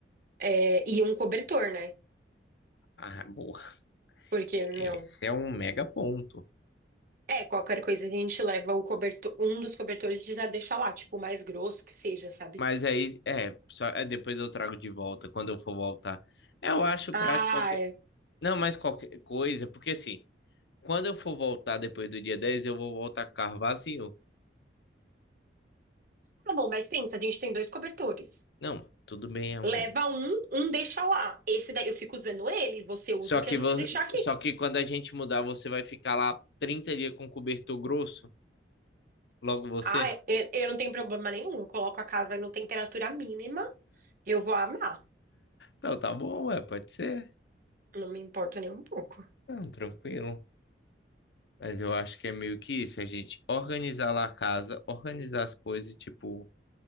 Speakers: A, on the right (about 50°); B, on the left (about 70°).
A: é, e um cobertor, né?
B: Ah, boa.
A: Porque,
B: Esse
A: meu,
B: é um mega ponto.
A: é, qualquer coisa a gente leva o cobertor, um dos cobertores e já deixa lá, tipo, o mais grosso que seja, sabe?
B: Mas aí, é, só, é, depois eu trago de volta, quando eu for voltar. Eu acho
A: Ah,
B: prático qualquer.
A: é.
B: Não, mas qualquer coisa, porque assim. Quando eu for voltar depois do dia 10, eu vou voltar com o carro vazio.
A: Tá bom, mas pensa, a gente tem dois cobertores.
B: Não, tudo bem, amor.
A: Leva um, um deixa lá. Esse daí eu fico usando ele, você usa
B: Só
A: o que
B: que,
A: a gente
B: vo-
A: deixar aqui.
B: só que quando a gente mudar, você vai ficar lá 30 dias com cobertor grosso? Logo você?
A: Ah, é- é- eu não tenho problema nenhum, eu coloco a casa na temperatura mínima, eu vou amar.
B: Não, tá bom, ué, pode ser.
A: Não me importa nem um pouco.
B: Não, tranquilo. Mas eu acho que é meio que isso, a gente organizar lá a casa, organizar as coisas, tipo,